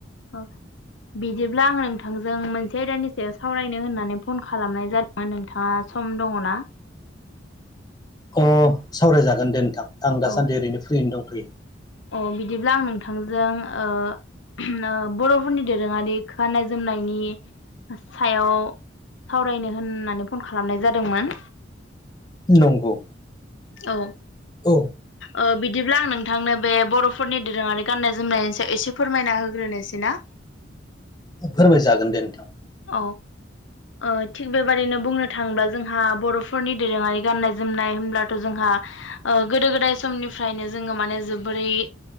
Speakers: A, on the left (about 80°); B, on the left (about 20°).
A: औ बिदिब्ला आं नोंथांजों मोनसे आयदानि सायाव सावरायनो होननानै फन खालामनाय जादोंमोन नोंथाङा सम दङना?
B: अ सावरायजागोन दे नोंथां आं दासान्दि
A: औ
B: ओरैनो फ्रियैनो दंथैयो।
A: अ बिदिब्ला आं नोंथांजों ओ बर'फोरनि दोरोङारि गानाय जोमनायनि सायाव सावरायनो होननानै फन खालामनाय जादोंमोन।
B: नंगौ
A: औ
B: औ
A: ओ बिदिब्ला आं नोंथांनो बे बर'फोरनि दोरोङारि गाननाय जोमनायनि सायाव एसे फोरमायना होग्रोनोसै ना? ‌ <inaudible>
B: फोरमायजागोन दे नोंथां।
A: औ ओ थिग बेबादिनो बुंनो थाङोब्ला जोंहा बर'फोरनि दोरोङारि गाननाय जोमनाय होमब्ला जोंहा ओ गोदो गोदाय समनिफ्रायनो जोङो माने जोबोरै